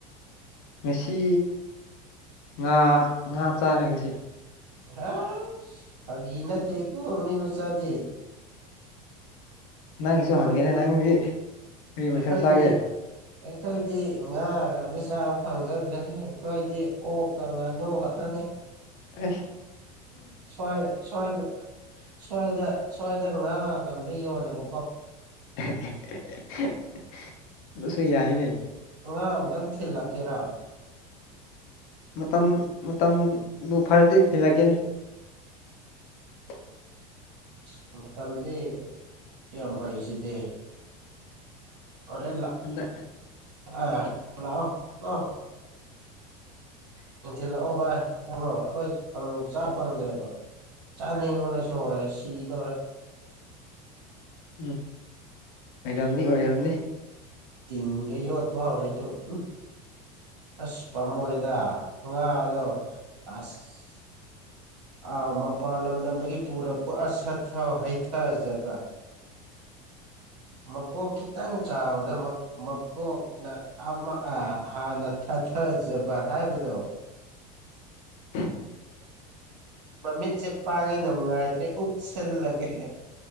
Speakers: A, on the left (about 60°); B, on the right (about 80°).
A: ꯉꯁꯤ ꯉꯥ ꯉꯥ ꯆꯥꯔꯦ ꯉꯁꯤ
B: ꯍꯁ ꯐꯥꯒꯤ ꯅꯠꯇꯦꯀꯣ ꯃꯤ ꯃꯆꯥꯗꯤ
A: ꯅꯪꯁꯨ
B: ꯑꯩꯈꯣꯏꯗꯤ
A: ꯍꯪꯒꯦꯅꯦ ꯅꯪꯗꯤ ꯀꯔꯤ ꯃꯊꯦꯜ
B: ꯑꯩꯈꯣꯏꯗꯤ
A: ꯆꯥꯒꯦ
B: ꯑꯩꯈꯣꯏꯗꯤ ꯉꯥ ꯔꯧ ꯑꯃꯇ ꯆꯥꯕ ꯐꯪꯖꯗ꯭ꯔꯦ ꯑꯩꯈꯣꯏꯗꯤ ꯑꯣꯛꯀꯥ ꯉꯥꯅꯨ ꯈꯛꯇꯅꯤ
A: ꯑꯩꯁ
B: ꯁꯋꯥꯢ ꯁꯋꯥꯢꯗ ꯁꯋꯥꯢꯗ ꯁꯋꯥꯢꯗ ꯉꯥꯒ ꯑꯝꯇꯥ ꯌꯣꯟꯗꯥꯕꯀꯣ
A: ꯍꯦꯍꯦꯍꯦꯍꯦꯍꯦꯍꯦ ꯑꯗꯨꯁꯨ ꯌꯥꯢꯅꯦ
B: ꯑꯉꯥꯡ ꯑꯝꯇꯪ ꯊꯤꯜꯂꯛꯀꯦꯔꯥ
A: ꯃꯇꯝ ꯃꯇꯝꯕꯨ ꯐꯔꯗꯤ ꯊꯤꯜꯂꯛꯀꯦꯅꯤ ꯎꯟ <inaudible>
B: ꯑꯁ ꯃꯇꯝꯗꯤ ꯌꯥꯝ ꯐꯩꯁꯤꯗꯤ ꯐꯔꯦ
A: ꯑꯗ
B: ꯑ ꯍꯌꯦꯡ ꯂꯥꯛꯑꯣꯀꯣ ꯅꯨꯡꯊꯤꯜ ꯂꯦꯛꯑꯣ ꯕꯥꯢ ꯇꯕꯔꯣ ꯑꯩꯈꯣꯢ ꯆꯥ ꯐꯪꯗꯔꯦꯕ ꯆꯥꯅꯤꯡꯕꯅꯁꯨ ꯑꯣꯏꯔꯦ ꯁꯤ ꯗꯧꯔꯦ
A: ꯎꯝ ꯑꯣꯏꯔꯝꯅꯤ ꯑꯣꯏꯔꯝꯅꯤ
B: ꯇꯤꯟꯒ ꯌꯣꯠꯄ ꯍꯧꯔꯦ ꯇꯨ ꯑꯝ ꯑꯁ ꯄꯥꯝꯃꯣꯏꯗ ꯉꯥ ꯑꯗꯣ ꯑꯁ ꯑ ꯃꯄꯥꯟ ꯂꯝꯗꯝꯗꯒꯤ ꯄꯨꯔꯛꯄ ꯑꯁ ꯁꯠꯊꯥꯕ ꯍꯩꯊꯥꯖꯕ ꯃꯀꯣꯛ ꯈꯤꯇꯪ ꯆꯥꯎꯅ ꯃꯀꯣꯛꯅ ꯑꯃ ꯍꯥꯟꯅ ꯍꯩꯊꯥꯖꯕ ꯍꯥꯢꯕꯗꯣ
A: ꯇꯥꯗꯔꯦ <inaudible>
B: ꯃꯃꯤꯠꯁꯦ ꯄꯥꯡꯉꯦꯅꯉꯥꯏꯇ꯭ꯔꯦ ꯎꯞꯁꯤꯜꯂꯒꯦ